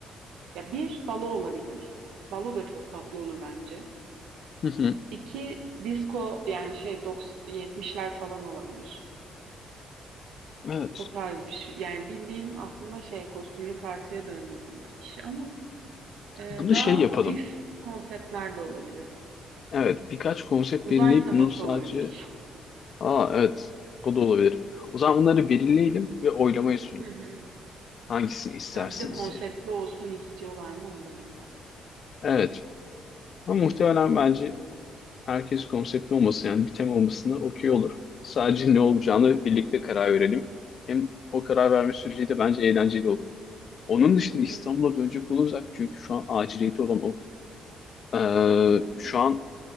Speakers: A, on the right; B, on the left.
A: ya bir balo olabilir. Balo da çok tatlı olur bence.
B: Hı hı.
A: İki disco yani şey 90 70'ler falan olabilir.
B: Evet.
A: O tarz bir şey. Yani bildiğin aslında şey kostümlü partiye döndürdüm o işi ama e,
B: Bunu
A: daha
B: şey yapalım.
A: hafif konseptler de olabilir.
B: Evet birkaç konsept
A: Uzay
B: belirleyip
A: teması
B: bunu sadece...
A: olabilir.
B: Aa evet o da olabilir. O zaman bunları belirleyelim ve oylamaya sunalım.
A: Hı hı.
B: Hangisini istersiniz
A: Yani bir de konseptli
B: diye.
A: olsun istiyorlar mı onu da bilmiyorum.
B: Evet. Ama muhtemelen bence herkes konseptli olması yani bir tema olmasına okey olur. Sadece ne olacağını
A: Hı hı.
B: birlikte karar verelim. Hem o karar verme süreci de bence eğlenceli olur. Onun dışında
A: Hı hı.
B: İstanbul'a dönecek olursak çünkü şu an aciliyeti olan o. Ee,
A: Tamam.
B: şu an